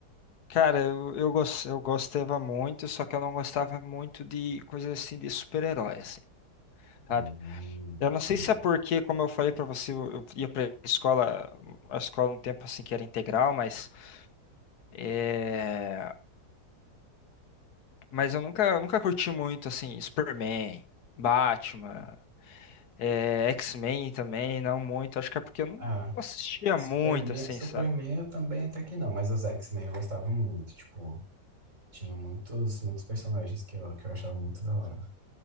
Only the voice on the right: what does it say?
Hum,
hum.
Ah,
Superman,
Superman
eu também até que não, mas os X-Men eu gostava muito, tipo, tinha muitos, muitos personagens que eu, que eu achava muito da hora.